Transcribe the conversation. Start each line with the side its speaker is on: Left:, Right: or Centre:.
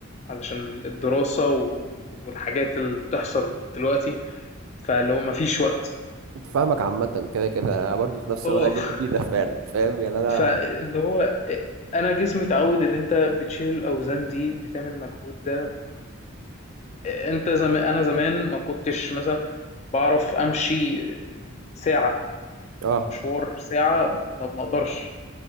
Left: علشان الدراسة و والحاجات اللي بتحصل دلوقتي، فاللي هو ما فيش وقت.
Right: فاهمك عامة كده كده أنا برضه في نفس
Left: آه،
Right: الوضع اللي أنت فيه ده <laughs> فعلا فاهم يعني أنا
Left: فاللي هو أ أنا جسمي اتعوّد اللي أنت بتشيل الأوزان دي، بتعمل المجهود ده، فأنت زم أنا زمان ما كنتش مثلًا باعرف أمشي ساعة.
Right: أه
Left: فمشوار ساعة ما ما اقدرش